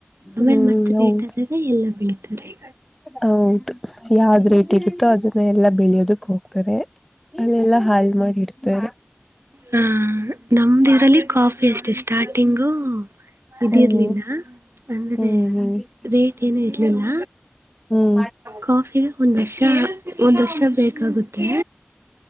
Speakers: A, on the right; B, in the centre.
A: ಆಮೇಲೆ
B: ಹ್ಮ್
A: ಮತ್ತೆ
B: ಹೌದು
A: ರೇಟ್ ಆದಾಗ ಎಲ್ಲ ಬೆಳಿತಾರೇ
B: ಹೌದು ಯಾವ್ದ್ ರೇಟ್ಗತ್ತೋ ಅದನ್ನ ಎಲ್ಲ ಬೆಳಿಯೋದಕ್ ಹೋಗ್ತಾರೆ. ಅಲ್ಲೆಲ್ಲಾ ಹಾಳ್ ಮಾಡಿಡ್ತಾರೆ.
A: ಹ ನಮ್ದ ಇರಲ್ಲಿ ಕಾಫಿ ಅಷ್ಟೇ ಸ್ಟಾರ್ಟಿಂಗು ಇದಿರ್ಲಿಲ್ಲ
B: ಹ್ಮ್
A: ಅಂದ್ರೆ
B: ಹ್ಮ್ ಹ್ಮ್ ಹ್ಮ್
A: ರೇಟ್ ಏನು ಇರ್ಲಿಲ್ಲ
B: ಹ್ಮ್
A: ಕಾಫಿಗೆ ಒಂದ ವರ್ಷ ಒಂದ ವರ್ಷ ಬೇಕಾಗುತ್ತೆ